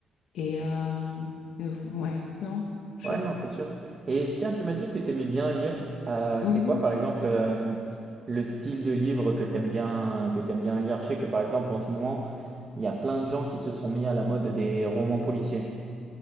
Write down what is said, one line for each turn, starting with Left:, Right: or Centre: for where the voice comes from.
Left: et, euh, et v- ouais, non, je
Right: Ouais, non, c'est sûr. Et tiens, tu m'as dit que t'aimais bien lire. Euh,
Left: Mhm.
Right: c'est quoi, par exemple, euh, le style de livre que t'aimes bien, que t'aimes bien lire? Je sais que, par exemple, en ce moment, il y a plein de gens qui se sont mis à la mode des romans policiers.